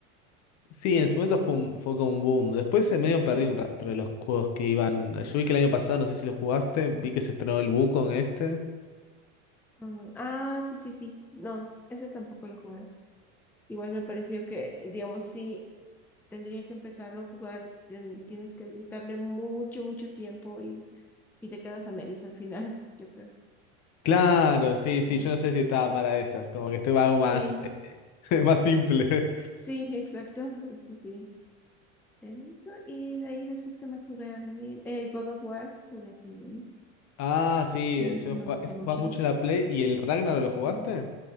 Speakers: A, on the left (about 45°); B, in the centre.
A: Sí, en su momento fue, un- fue como un boom. Después se medio perdí
B: Ah, ok.
A: un rastro de los juegos que iban. Yo vi que el año pasado, no sé si lo jugaste, vi que se estrenó el Wukong este.
B: Ah, ah, sí, sí, sí. No, ese tampoco lo jugué. Igual me pareció que, digamos, sí, tendría que empezarlo a jugar, ten- tienes que dedicarle mucho, mucho tiempo y, y te quedas a medias al final, <laughs> yo creo.
A: Claro, sí, sí,
B: Mm.
A: yo no sé si estaba para esas, como que este algo
B: Sí,
A: más, <laughs> más simple.
B: sí, exacto, <laughs> sí, sí. Eso, y de ahí después, ¿qué más jugué a venir? Eh, God of War jugué también,
A: Ah, sí,
B: y
A: yo
B: sí me
A: jugaba,
B: gustó
A: eso
B: mucho.
A: jugaba mucho en la Play. ¿Y el Ragnarok lo jugaste?
B: Mm.